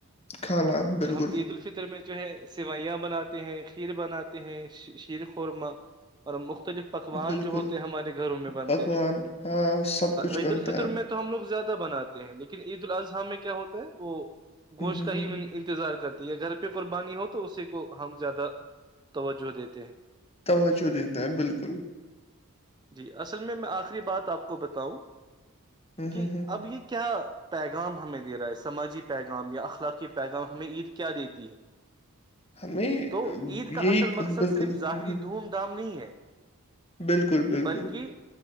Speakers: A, on the left; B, on the right.
A: کھانا بالکل
B: کہ ہم عید الفطر میں جو ہے سوئیاں بناتے ہیں کھیر بناتے ہیں شیر خورما اور مختلف پکوان
A: بالکل
B: جو ہوتے ہیں ہمارے گھروں میں بنتے
A: پکوان
B: ہیں
A: ہاں سب کچھ
B: عید
A: بنتا
B: الفطر
A: ہے
B: میں تو ہم لوگ زیادہ بناتے ہیں لیکن عید میں کیا ہوتا ہے وہ
A: ہوں
B: گوشت
A: ہوں
B: کا ہی
A: ہوں
B: انتظار کرتے تو یا گھر پہ قربانی ہو تو اسی کو ہم زیادہ توجہ دیتے ہیں
A: ت چو دیتا ہیں بالکل
B: جی اصل میں میں آخری بات آپ کو بتاؤں
A: ہوں
B: کہ
A: ہوں ہوں
B: اب یہ کیا پیغام ہمیں دے رہا ہے سماجی پیغام یا اخلاقی پیغام ہمیں عید کیا دیتی ہے
A: ہمیں ام،
B: تو عید کا
A: یہی
B: اصل مقصد
A: بالکل
B: صرف ظاہری
A: ہوں ہوں
B: دھوم دھام نہیں ہے
A: بالکل بالکل
B: بلکہ